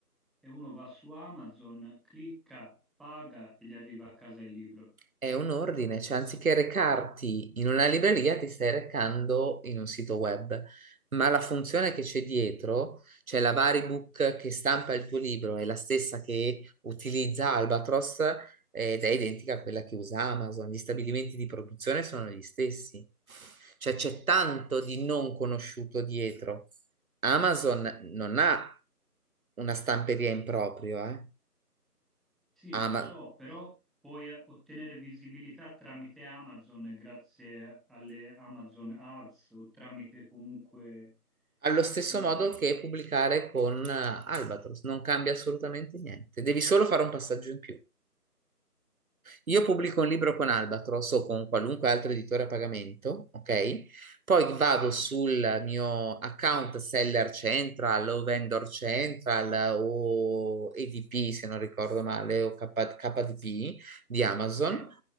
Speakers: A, in the centre; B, on the right.
A: E uno va su Amazon, clicca, paga e gli arriva a casa il libro.
B: È un ordine, cioè anziché recarti in una libreria ti stai recando in un sito web, ma la funzione che c'è dietro, cioè la Varibook che stampa il tuo libro, è la stessa che utilizza Albatros eh, ed è identica a quella che usa Amazon. Gli stabilimenti di produzione sono gli stessi, cioè c'è tanto di non conosciuto dietro. Amazon non ha una stamperia in proprio, eh.
A: Sì,
B: Ama-
A: lo so, però puoi eh, ottenere visibilità tramite Amazon, grazie alle Amazon Ads o tramite comunque
B: Allo stesso
A: una...
B: modo che pubblicare con eh, Albatros, non cambia assolutamente niente, devi solo fare un passaggio in più. Io pubblico un libro con Albatros o con qualunque altro editore a pagamento, ok? Poi vado sul mio account Seller Central o Vendor Central o EDP, se non ricordo male, o K- KDP di Amazon
A: Sì,